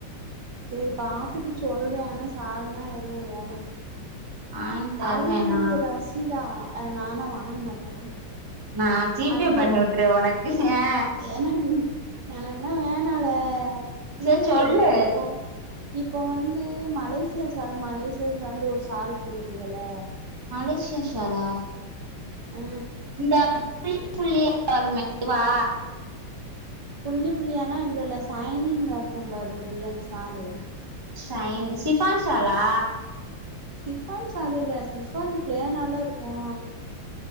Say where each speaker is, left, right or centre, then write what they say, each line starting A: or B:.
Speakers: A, on the right; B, on the right.
A: சேரி பாத்துட்டு சொல்றேன் ஆனா சால்னா எதுவும் வேணா
B: வாங்கி தருவேனா
A: அதே ரசீதா ஆ நானா வாங்க மாட்டேனே
B: நான் ஜிபே
A: அடியே
B: பண்ணி விட்டுறேன் உனக்கு ஆ
A: எனக்கு எனக்குனா வேணால எ
B: சரி
A: இது
B: சொல்லு
A: இப்போ இப்ப வந்து மலேசிய சால் மலேசிய சால்னு ஒரு சால் போடுதுகல்ல
B: மலேஷியா ஷாலா
A: ஆ
B: இந்த புள்ளி புள்ளியா வருமே அதுவா
A: புள்ளி புள்ளியானா இல்ல இல்ல சைனிங்கா இருக்கும் பாரு அப்டியே அந் சாலு
B: ஷைன் ஷிஃபான் ஷாலா
A: ஷிஃபான் சால் இல்ல சிஃபான் பிளேன்னால்ல இருக்கு